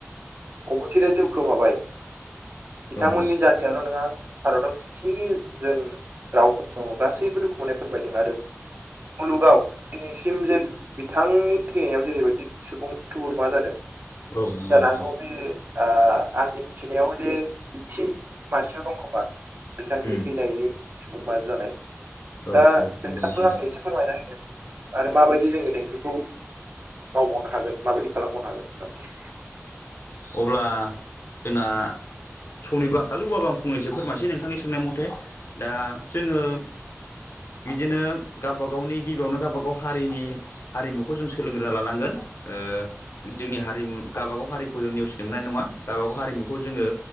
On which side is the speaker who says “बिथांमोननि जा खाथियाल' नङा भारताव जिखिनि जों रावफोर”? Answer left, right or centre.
Right